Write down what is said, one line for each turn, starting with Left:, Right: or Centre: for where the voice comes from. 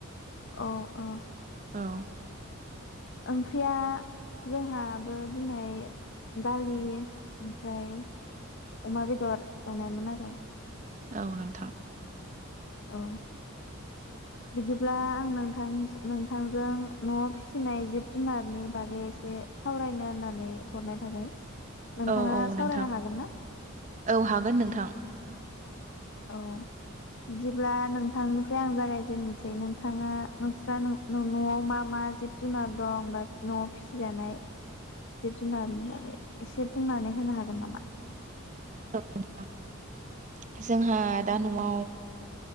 Left: अ अ।
Right: औ।
Left: ओंख्रिया जोंहाबो दिनै दालि ओमफ्राय अमा बेदर एवनायमोन आरो।
Right: औ नोंथां।
Left: औ बिदिब्ला आं नोंथां नोंथांजों न'आव फिसिनाय जिब जुनारनि बागै एसे सावरायनो होननानै हरनाय थाबाय। नोंथाङा
Right: औ औ
Left: सावरायनो
Right: नोंथां
Left: हागोन ना
Right: औ हागोन नोंथां।
Left: औ बिदिब्ला नोंथांनिफ्राय आं जागायजेननोसै नोंथाङा नोंस्रा न-न'आव मा मा जिब जुनार दंबा न'आव फिसिजानाय जिब जुनारनि बागै एसे बुंनानै होनो हागोन नामा?
Right: <unintelligible> जोंहा दा न'आव